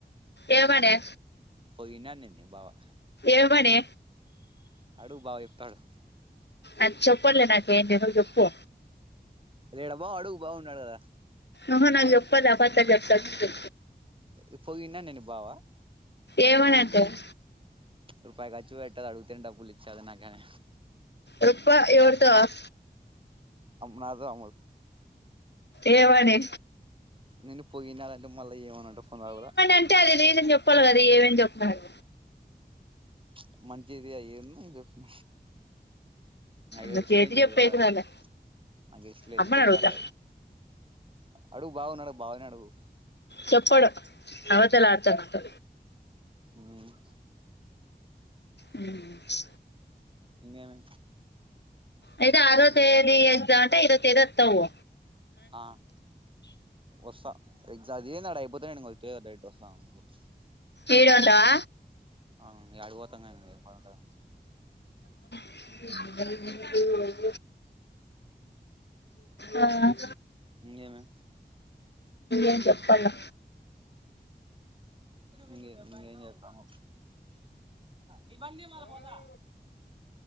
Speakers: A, on the left (about 85°); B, on the right (about 30°).
A: ఏ మడే
B: పోయినానిన్ నీ బావా
A: ఏమని
B: అడు బావ చెప్తాడు
A: అది చెప్పడ్ లే నాకు ఏంటి నువ్ చెప్పు
B: లేడా బావ అడుగు బావ ఉన్నాడు కదా
A: అహ నా జెప్పలే అబద్ధల్ జెప్పదు
B: ఇ పోయిన్న నేనీ బావా
A: ఏవన అంటవ్
B: రూపాయి ఖర్చు పెట్టడు అడుగుతనే డబ్బులిచ్చడు నాకేం
A: రొప్ప ఎవరు ట
B: నాతో అమతో
A: ఏ వడె
B: నిను పోయినాదాంటె మళ్ళ ఏమనంటే ఫోన్ రాగుడదా
A: అంటే అది జాం జెప్పాల్గదా ఏమని చెప్పాలి
B: ప్చ్ మంచిది అయ్యేం నువ్ జప్పు నాకైతే
A: నువ్వు
B: ఎక్సప్లయిన్
A: చేతి
B: జేసేకి
A: చెప్పేది
B: రాదు నాకి
A: వాళ్ళే
B: నాకు ఎక్సప్లయిన్
A: అమ్మని
B: జేసేకి
A: అడుగుతా
B: రాలే అది అడుగు బావనడుగు బావనే అడుగు
A: చప్పడు అబద్ధాలాడతాడు నాతో
B: ఊమ్
A: ఊమ్
B: ఇంగెమి
A: అయితె ఆరో తేదీ ఎగ్జామ్ అంటే ఐదో తేదీ అత్తవు
B: ఆ ఒసా ఎక్స అదే అడ అయిపోతే నేనింగ ఒచ్చేదే డైరెక్ట్ వస్తాను అనంతపూరికి
A: ఈడే ఉంటవా
B: అ ఇంగాడికిపోత తంగా ఈ పంట
A: అ <unintelligible> ఆ,
B: ఉమ్ ఇంకేమీ
A: ఏం చెప్పాలా
B: ఇంగే ఇంగేజెతనవ్ నిబందిమబోదా